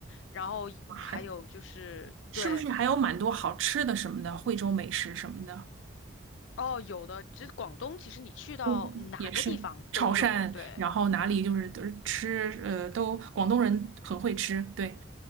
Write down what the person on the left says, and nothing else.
然后还有就是对。
哦，有的，这广东其实你去到哪个地方都有，
对，